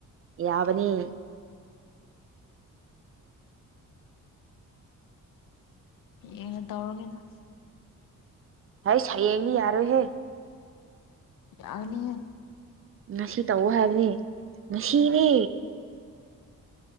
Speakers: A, on the right; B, on the left.
A: ꯌꯥꯕꯅꯤ
B: ꯀꯩꯅꯣ ꯇꯧꯔꯒꯦꯗ
A: ꯍꯩꯁ ꯍꯌꯦꯡꯗꯤ ꯌꯥꯔꯣꯏꯍꯦ
B: ꯌꯥꯅꯤꯍꯦ
A: ꯉꯁꯤ ꯇꯧꯑꯣ ꯍꯥꯏꯕꯅꯦ ꯉꯁꯤꯅꯦ